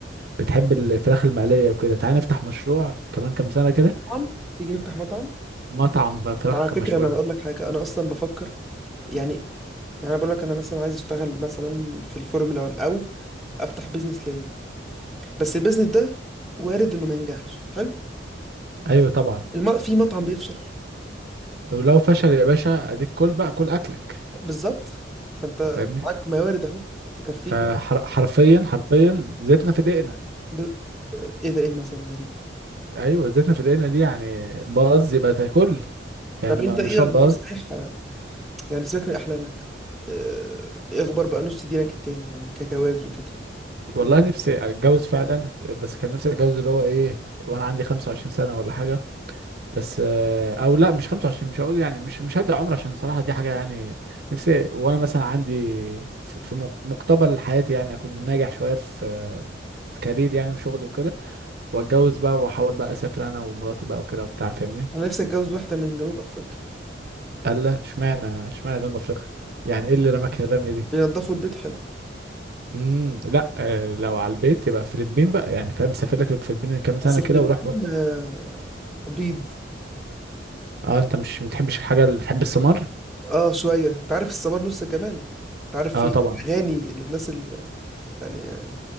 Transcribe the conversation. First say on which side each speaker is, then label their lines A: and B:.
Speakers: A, on the right (about 55°); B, in the centre.
A: بتحب الفراخ المقليه وكده تعالى نفتح مشروع كمان كام سنه كده
B: مطعم تيجي نفتح مطعم
A: مطعم فراخ
B: وعلى فكره
A: مشويه
B: انا هقول لك حاجه انا اصلا بفكر يعني يعني أنا بقول لك انا مثلا عايز اشتغل مثلا في الفورمولا 1 او افتح بيزنس ليا بس البيزنس ده وارد انه ما ينجحش حلو
A: ايوه طبعا
B: الم... في مطعم بيفشل
A: ولو فشل يا باشا اديك كل بقى كل اكلك
B: بالظبط فانت
A: فاهمني
B: معاك موارد اهو تكفيك
A: فحرفيا
B: مثلا
A: حرفيا زيتنا في دقنا
B: ب... آه، ايه ده ايه المثل الغريب
A: ايوه زيتنا في دقنا دي يعني باظ يبقى تاكل يعني
B: طب
A: م-
B: انت ايه
A: مشروع
B: اخبار
A: باظ
B: صحيح يعني سيبك من احلامك آه، ايه اخبار بقى نص دينك التاني يعني كجواز وكده
A: والله
B: نفسي-
A: نفسي اتجوز فعلا بس كان نفسي اتجوز اللي هو ايه وانا عندي 25 سنه ولا حاجه بس آه، او لا مش 25 مش هقول يعني مش مش هدي عمر عشان صراحة دي حاجة يعني نفسي وانا مثلا عندي في في مق- مقتبل حياتي يعني اكون ناجح شوية في في كارير يعني وشغلي وكده واتجوز بقى واحاول بقى اسافر انا ومراتي بقى وكده وبتاع فاهمني
B: انا نفسي اتجوز واحده من جنوب افريقيا
A: قال لا اشمعنى اشمعنى جنوب افريقيا يعني ايه اللي رماك الرمية دي
B: بينضفوا البيت حلو
A: امم لا آه، لو على البيت يبقى الفلبين بقى يعني فاهم سافر لك الفلبين كام سنة
B: بس في
A: كده
B: الفلبين
A: وروح بقى
B: آه، بيض
A: اه انت مش بتحبش الحاجة اللي بتحب السمر
B: اه شويه انت عارف الصبار نص الجمال انت عارف في
A: اه طبعا
B: اغاني للناس ال... يعني آه،